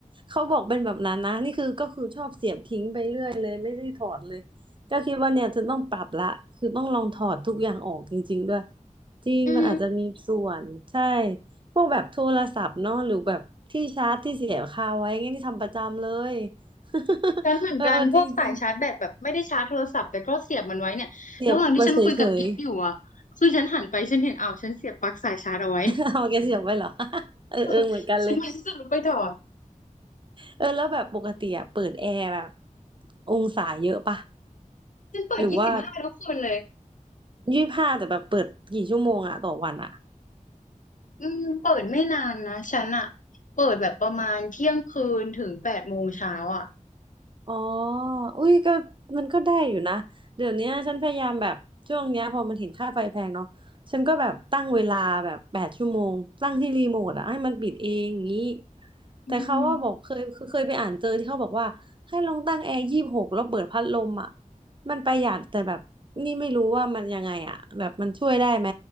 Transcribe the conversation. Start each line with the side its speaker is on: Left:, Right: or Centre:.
Right: เขาบอกเป็นแบบนั้นนะนี่คือก็คือชอบเสียบทิ้งไปเรื่อยเลยไม่ได้ถอดเลยก็คิดว่าเนี่ยจะต้องปรับละคือต้องลองถอดทุกอย่างออกจริงๆด้วยจริงมันอาจจะมีส่วนใช่
Left: อืม
Right: พวกแบบโทรศัพท์เนาะหรือแบบที่ชาร์จที่เสียบคาไว้เงี้ยนี่ทำประจำเลย <laughs>
Left: ฉันเหมือนกันพวกสายชาร์จแบตแบบไม่ได้ชาร์จโทรศัพท์แต่ก็เสียบมันไว้เนี่ยระหว่างที่ฉันคุยกับกิฟอยู่อ่ะคือฉันหันไปฉันเห็นอ้าวฉันเสียบปลั๊กสายชาร์จเอาไว้
Right: เออเออจริงๆเสียบไปเฉยๆ <laughs> เอาแกเสียบไว้เหรอ <laughs> เออเออเหมือนกันเลย
Left: <laughs> ฉันไม่รู้จะลุกไปถอด
Right: เออแล้วแบบปกติอะเปิดแอร์แบบองศาเยอะปะ
Left: ฉันเปิดยี่สิบห้าทุกคืนเลย
Right: หรือว่า ยี่สิบห้าแต่แบบเปิดกี่ชั่วโมงอะต่อวันอะ
Left: อืมเปิดไม่นานนะฉันอ่ะเปิดแบบประมาณเที่ยงคืนถึงแปดโมงเช้าอ่ะ
Right: อ๋ออุ้ยก็มันก็ได้อยู่นะเดี๋ยวเนี้ยฉันพยายามแบบช่วงเนี้ยพอมันเห็นค่าไฟแพงเนาะฉันก็แบบตั้งเวลาแบบแปดชั่วโมงตั้งที่รีโมทอะให้มันปิดเองอย่างนี้แต่เขาว่าบอกเคยเคยไปอ่านเจอที่เขาบอกว่าให้ลองตั้งแอร์ยี่สิบหกแล้วเปิดพัดลมอะ
Left: อืม
Right: มันประหยัดแต่แบบนี่ไม่รู้ว่ามันยังไงอะแบบมันช่วยได้ไหม